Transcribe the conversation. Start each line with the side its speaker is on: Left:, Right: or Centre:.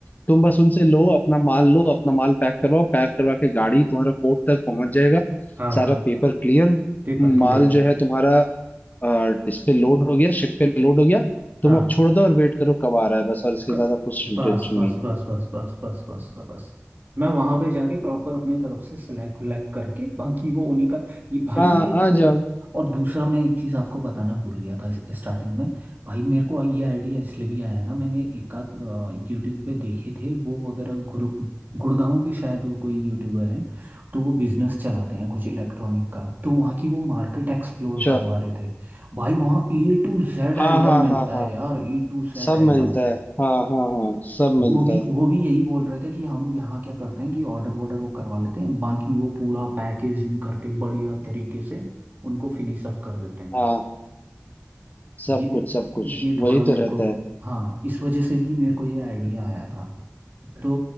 Left: तुम बस उनसे लो अपना माल लो अपना माल पैक करवाओ पैक करवा के गाड़ी तुम्हारा कोर्ट तक पहुंच जाएगा
Right: हाँ
Left: सारा
Right: हाँ
Left: पेपर क्लियर
Right: पेपर क्लियर
Left: माल जो है तुम्हारा अ, इस पे लोड हो गया शिप पे लोड हो गया तुम
Right: हाँ
Left: अब छोड़ दो और वेट करो कब आ रहा है बस और इसके
Right: क-
Left: ज्यादा कुछ
Right: बस
Left: टेंशन
Right: बस
Left: नहीं है
Right: बस बस बस बस बस बस मैं वहां पे जाके प्रॉपर अपने तरफ से सिलेक्ट विलेक्ट करके बाकी वो उन्हीं का ये भाई
Left: हाँ
Right: मैंने
Left: आ
Right: अ,
Left: जाओ
Right: और दूसरा मैं एक चीज आपको बताना भूल गया था स्टार्टिंग में भाई मेरे को ये आइडिया इसलिए भी आया है ना मैंने एक आध यूट्यूब पे देखे थे वो वगैरह गुरु गुड़गांव के शायद वो कोई यूट्यूबर है तो वो बिजनेस चलाते हैं कुछ इलेक्ट्रॉनिक का तो वहाँ की वो मार्केट एक्सप्लोर
Left: चलो
Right: करवा रहे थे भाई वहाँ ए टू जेड आइटम
Left: हाँ हाँ
Right: मिलता
Left: हाँ हाँ
Right: है यार ए टू जेड
Left: सब
Right: आइटम
Left: मिलता है हाँ हाँ हाँ सब मिलता
Right: वो भी
Left: है
Right: वो भी यही बोल रहे थे कि हम यहाँ क्या करते हैं कि ऑर्डर वॉर्डर वो करवा लेते हैं बाकी वो पूरा पैकेजिंग करके बढ़िया तरीके से उनको फिनिश अप कर देते हैं
Left: हाँ सब
Right: ये
Left: कुछ सब कुछ
Right: ये थोड़ा
Left: वही
Right: मेरे
Left: तो रहता
Right: को
Left: है
Right: हाँ इस वजह से भी मेरे को ये आइडिया आया था तो